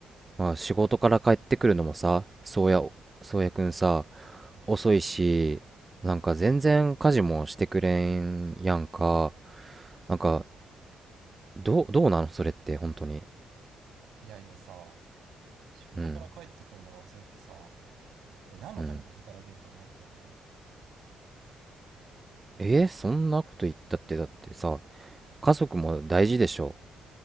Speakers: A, on the right (about 20°); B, on the right (about 75°).
A: まあ仕事から帰ってくるのもさ、そうや、そうやくんさ、
B: うん
A: 遅いし、なんか全然家事もしてくれんやんか。なんか、どう、どうなのそれって、本当に。
B: いやいやさ、仕事から帰ってくるのが遅いってさ、
A: うん、
B: 俺何のために働いてると思ってんの
A: うん。えーそんなこと言ったって、だってさ、家族も大事でしょ。